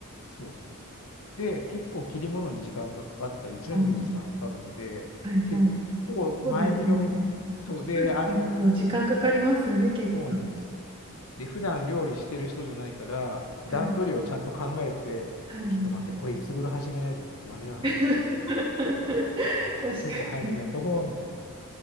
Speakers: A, on the left; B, on the right.
A: そうそうそう。で、結構切り物に時間がかかったり、準備に時間がかかるので、
B: あ、はい、
A: 結構前広に、
B: はい。そうですね。
A: そうで、
B: 一人でいると時間かかりますよね、
A: あの、
B: 結構。
A: そうなんです。で、普段料理してる人じゃないから、
B: はい。
A: 段取りをちゃんと考えて、
B: はい。
A: ちょっと待って、これいつ頃始めないと僕間に合わないって思いながら、
B: <laughs>
A: まあまあ、
B: 確かに。
A: 結構早めにやっとこうみたいな。